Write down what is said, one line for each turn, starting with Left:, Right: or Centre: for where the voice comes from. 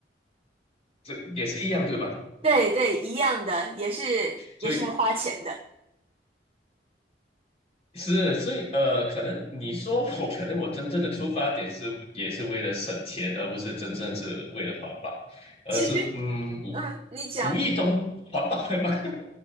Left: 这也是一样，对吧？
Right: 对对，一样的，也是也是要花钱的。
Left: 所以是，所以呃，可能你说我，<laughs> 可能我真正的出发点是也是为了省钱，而不是真正是为了环保，而是嗯
Right: 其实，嗯，你讲，
Left: 无无意中环保了吧？